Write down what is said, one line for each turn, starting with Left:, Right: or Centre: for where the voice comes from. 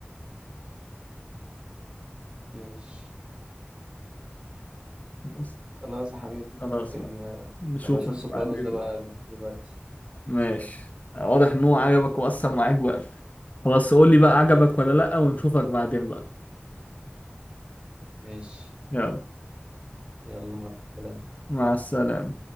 Right: ماشي
Left: بس
Right: خلاص يا حميد
Left: خلاص
Right: ممكن
Left: بقى
Right: آه،
Left: نشوفك
Right: أبقى أشوف سوبرانوس
Left: بعدين
Right: ده بقى دلوقتي
Left: ماشي واضح ان هو عجبك وأثر معاك بقى خلاص قول لي بقى عجبك ولا لأ ونشوفك بعدين بقى
Right: ماشي
Left: يلا
Right: يلا مع السلامة
Left: مع السلامة